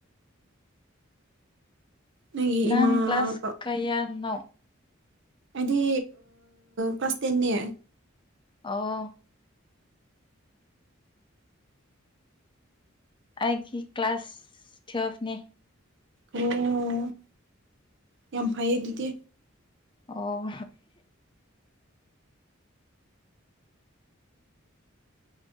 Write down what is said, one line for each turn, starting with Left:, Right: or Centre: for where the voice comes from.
Right: ꯅꯪꯒꯤ
Left: ꯅꯪ
Right: ꯏꯃꯥ
Left: ꯀ꯭ꯂꯥꯁ
Right: ꯄꯥ
Left: ꯀꯌꯥꯅꯣ
Right: ꯑꯩꯗꯤ ꯀ꯭ꯂꯥꯁ ꯇꯦꯟꯅꯦ
Left: ꯑꯥ ꯑꯩꯒꯤ ꯀ꯭ꯂꯥꯁ ꯇꯨꯋꯦꯜꯐꯅꯦ
Right: ꯑꫭ ꯌꯥꯝ ꯐꯩꯌꯦ ꯑꯗꯨꯗꯤ
Left: ꯑꯣ